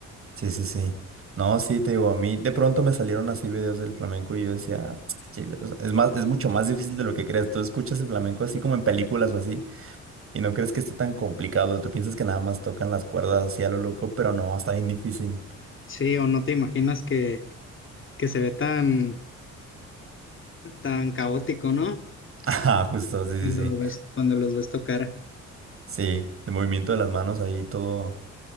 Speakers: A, on the right (about 45°); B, on the left (about 40°).
A: Sí, sí, sí. No, sí, te digo, a mí de pronto me salieron así videos del flamenco y yo decía, "Ch- "Che, o sea, es más, es mucho más difícil de lo que crees Tú escuchas el flamenco así como en películas o así y no crees que esté tan complicado. Tú piensas que nada más tocan las cuerdas así a lo loco, pero no, está bien difícil. <laughs>
B: Sí, o no te imaginas que, que se ve tan, tan caótico, ¿no?
A: Ajá, justo, sí,
B: Cuando
A: sí,
B: lo
A: sí.
B: ves, cuando los ves tocar.
A: Sí, el movimiento de las manos ahí todo,